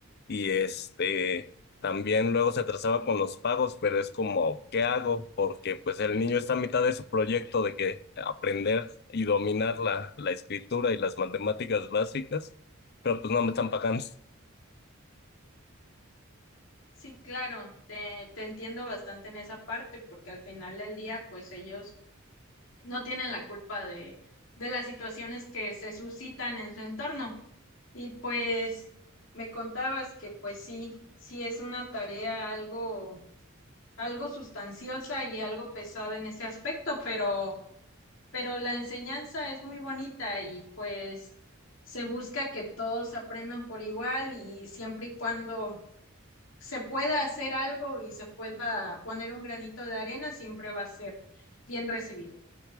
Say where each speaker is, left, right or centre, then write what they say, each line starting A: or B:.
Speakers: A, on the left (about 50°); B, on the left (about 65°).
A: y este también luego se atrasaba con los pagos, pero es como, ¿qué hago? Porque pues el niño está a mitad de su proyecto de que aprender y dominar la, la escritura y las matemáticas básicas, pero pues no me están pagando.
B: Sí, claro, te, te entiendo bastante en esa parte, porque al final del día, pues ellos no tienen la culpa de, de las situaciones que se suscitan en su entorno. Y pues me contabas que pues sí, sí es una tarea algo, algo sustanciosa y algo pesada en ese aspecto, pero pero la enseñanza es muy bonita y pues se busca que todos aprendan por igual y siempre y cuando se pueda hacer algo y se pueda poner un granito de arena, siempre va a ser bien recibido.